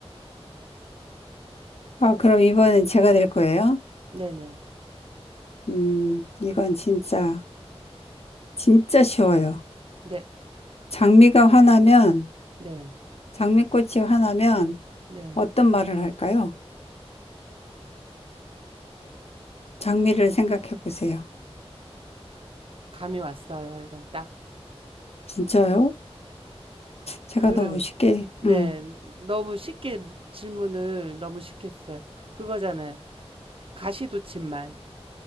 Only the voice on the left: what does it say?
아, 그럼 이번엔 제가 될 거예요?
음, 이건 진짜, 진짜 쉬워요.
장미가 화나면,
장미꽃이 화나면
어떤 말을 할까요? 장미를 생각해 보세요.
진짜요? 제가
너무 쉽게,
음,